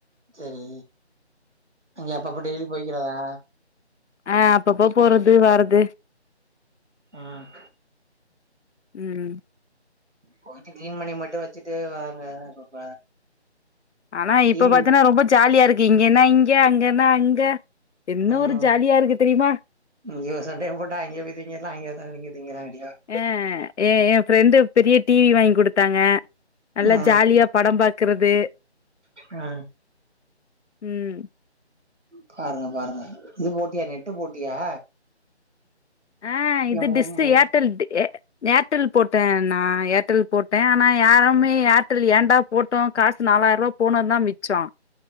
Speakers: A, on the right; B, on the left.
A: சரி அங்க அப்பப்ப டெய்லி போய்கிறதா
B: ஆஹ் அப்பப்போ போறது வர்றது
A: ஆஹ்
B: உம்
A: போயிட்டு கிளீன் பன்ணி மட்டும் வச்சுட்டு வாங்க அப்பப்ப
B: ஆனா இப்ப
A: டிவி
B: பாத்தீங்கன்னா ரொம்ப ஜாலியா இருக்கு இங்க என்ன இ ங்க அங்கனா அங்க என்ன
A: உஹம்
B: ஒரு ஜாலியா இருக்கு தெரியுமா
A: இங்க சண்டைய போட்டா அங்கே போய்ரீங்க இல்ல அங்க அத நீங்க <unintelligible>
B: அஹ் ஏன் என் ஃப்ரெண்டு பெரிய டீவி வாங்கி குடுத்தாங்க நல்லா
A: ஆ
B: ஜாலியா படம் பா க்கறது
A: ஆ
B: உம்
A: பாருங்க பாருங்க இது போட்டியா நெட்டு போட்டியா
B: ஆஹ்
A: இல்ல
B: இது
A: மொ
B: டிஸ்ஸு
A: மொ
B: ஏர்டெல் டி ஏர்டெல் போட்டேன் நா ஏர்டெல் போட்டேன் ஆனா யாருமே ஏர்டெல் ஏண்டா போட்டோம் காசு நாலாயிரம் ரூபா போனும்னு தான் மிச்சம்